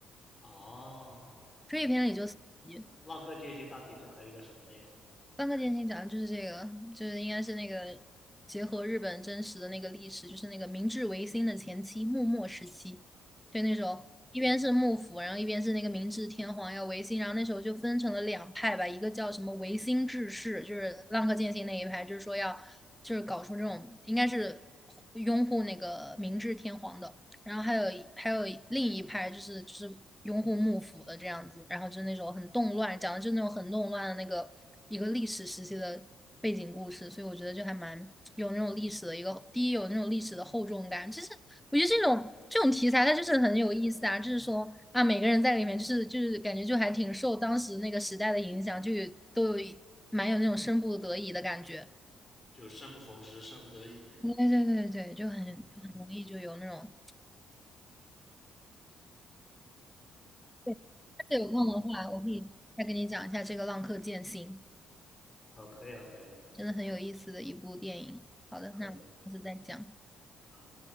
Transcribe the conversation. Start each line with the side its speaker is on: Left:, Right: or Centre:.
Left: 哦，
Centre: 追忆篇里就四集
Left: 浪客剑心大体讲了一个什么内容呢
Centre: 浪客剑心讲的就是这个，就是应该是那个结合日本真实的那个历史，就是那个明治维新的前期幕末时期。对，那时候一边是幕府，然后一边是那个明治天皇要维新，然后那时候就分成了两派吧，一个叫什么维新志士，就是浪客剑心那一派，就是说要就是搞出这种应该是拥护那个明治天皇的。然后还有还有另一派就是就是拥护幕府的这样子，然后就是那种很动乱，讲的就是那种很动乱的那个一个历史时期的背景故事，所以我觉得就还蛮有那种历史的一个，第一有那种历史的厚重感，就是我觉得这种这种题材它就是很有意思啊，就是说啊每个人在里面就是就是感觉就还挺受当时那个时代的影响，就有都有一蛮有那种身不得已的感觉，
Left: 就生不逢时，生不得已。
Centre: 对对对对，就很就很容易就有那种。
Left: 嗯，
Centre: 对这有空的话，我可以再跟你讲一下这个《浪客剑心》，
Left: 哦，可以啊，可以啊，
Centre: 真的很有意思的一部电影。好的，
Left: 可以，
Centre: 那我们下次再讲。
Left: 嗯，